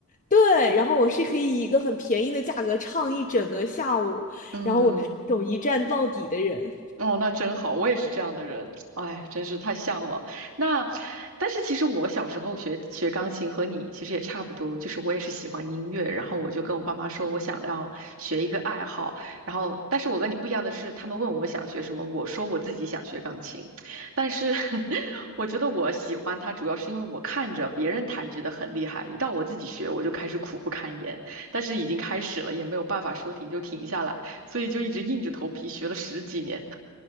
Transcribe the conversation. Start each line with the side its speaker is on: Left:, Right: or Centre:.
Left: 对，然后我是可以以一个很便宜的价格唱一整个下午，
Right: 嗯。
Left: 然后我是那种一站到底的人。
Right: 哦，那真好，我也是这样的人，哎，真是太像了。那，但是其实我小时候学学钢琴和你其实也差不多，就是我也是喜欢音乐，然后我就跟我爸妈说我想要学一个爱好，然后但是我跟你不一样的是，他们问我想学什么，我说我自己想学钢琴，但是 <laughs> 我觉得我喜欢它主要是因为我看着别人弹觉得很厉害，一到我自己学我就开始苦不堪言，但是已经开始了，也没有办法说停就停下来，所以就一直硬着头皮学了十几年。